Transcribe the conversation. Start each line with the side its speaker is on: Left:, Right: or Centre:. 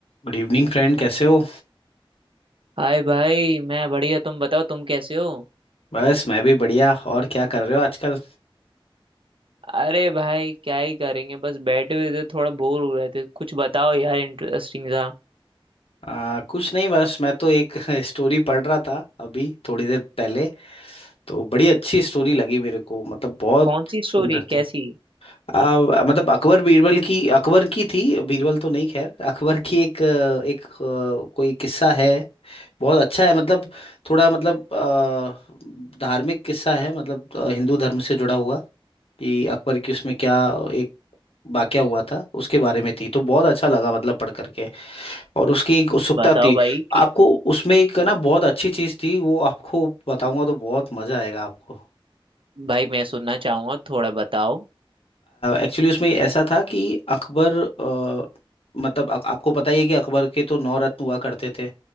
Left: Good evening friend कैसे हो
Right: हाय भाई मैं बढ़िया तुम बताओ तुम कैसे हो
Left: बस मैं भी बढ़िया और क्या कर रहे हो आजकल
Right: अरे भाई क्या ही करेंगे बस बैठे हुए थे थोड़ा बोर हो रहे थे कुछ बताओ यार इंटरेस्टिंग सा
Left: आ, कुछ नहीं बस मैं तो एक <laughs> स्टोरी पढ़ रहा था अभी थोड़ी देर पहले तो बड़ी अच्छी स्टोरी लगी मेरे को मतलब बहुत
Right: कौन सी
Left: सुंदर
Right: स्टोरी कैसी
Left: थी आ, मतलब अकबर बीरबल की अकबर की थी बीरबल तो नहीं खैर अकबर की एक अ, एक अ, कोई किस्सा है बहुत अच्छा है मतलब थोड़ा मतलब अ, धार्मिक किस्सा है मतलब अ, हिंदू धर्म से जुड़ा हुआ कि अकबर की उसमें क्या एक वाकया हुआ था उसके बारे में थी तो बहुत अच्छा लगा मतलब पढ़ करके और उसकी एक उत्सुकता
Right: बताओ
Left: थी
Right: भाई कि
Left: आपको उसमें एक ना बहुत अच्छी चीज थी वो आपको बताऊंगा तो बहुत मजा आएगा आपको
Right: भाई मैं सुनना चाहूंगा थोड़ा बताओ
Left: एक्चुअली उसमें ऐसा था कि अकबर अ, मतलब आप- आपको पता ही है कि अकबर के तो नौ रत्न हुआ करते थे